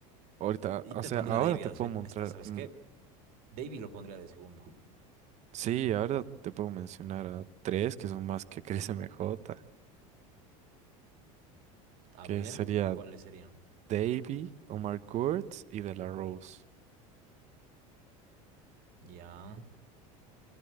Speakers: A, on the right (about 40°); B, on the right (about 60°).
A: Ahorita,
B: Y
A: o
B: te
A: sea,
B: pondría
A: ahora
B: a Davey,
A: te
B: así-
A: puedo
B: ahí
A: mostrar,
B: está, ¿sabes
A: mm,
B: qué? Davey lo pondría de segundo.
A: Sí, ahora te puedo mencionar a tres que son más que <laughs> Chris MJ,
B: A
A: que
B: ver,
A: sería
B: ¿cuáles serían?
A: Davey, Omar Kurtz y De La Rose.
B: Ya.